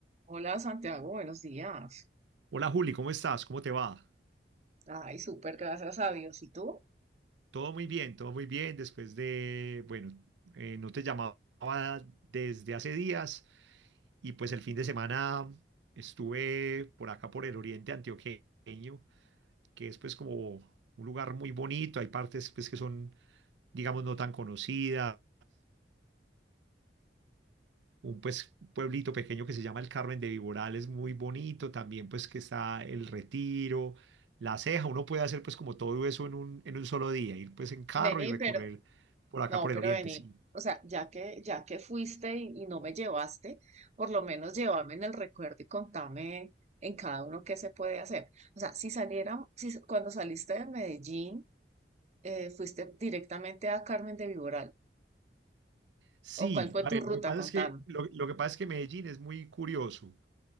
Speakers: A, on the right; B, on the right.
A: Hola Santiago, buenos días.
B: Hola Juli, ¿cómo estás? ¿Cómo te va?
A: Ay, súper, gracias a Dios. ¿Y tú?
B: Todo muy bien, todo muy bien. Después de, bueno, eh, no te llamaba desde hace días y pues el fin de semana estuve por acá por el oriente antioqueño, que es pues como un lugar muy bonito. Hay partes pues que son, digamos, no tan conocidas, un pues, pueblito pequeño que se llama el Carmen de Viborales, muy bonito, también pues que está el Retiro, La Ceja, uno puede hacer pues como todo eso en un, en un solo día, ir pues en carro
A: Vení,
B: y recorrer
A: pero,
B: por acá
A: no,
B: por el
A: pero
B: oriente,
A: vení.
B: sí.
A: O sea, ya que, ya que fuiste y, y no me llevaste, por lo menos llévame en el recuerdo y contame en cada uno qué se puede hacer. O sea, si saliera, si cuando saliste de Medellín, eh, fuiste directamente a Carmen de Viboral,
B: Sí,
A: o cuál fue
B: a
A: tu
B: ver,
A: ruta,
B: lo que pasa
A: contame.
B: es que, lo, lo que pasa es que Medellín es muy curioso.